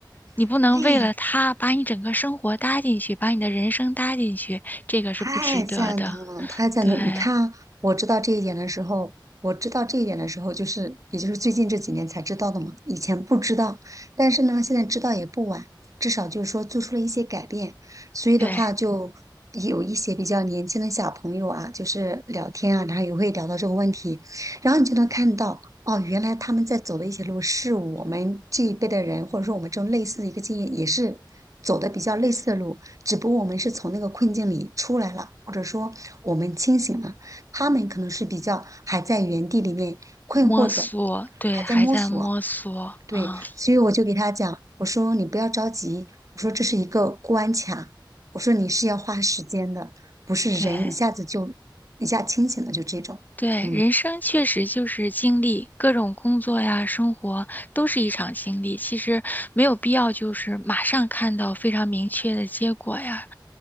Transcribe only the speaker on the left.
你不能为了他把你整个生活搭进去，
把你的人生搭进去，这个是不值得的。
对
对，
摸索，对，
还在摸索啊，
对。
对，
人生确实就是经历，各种工作呀、生活都是一场经历。其实没有必要就是马上看到非常明确的结果呀，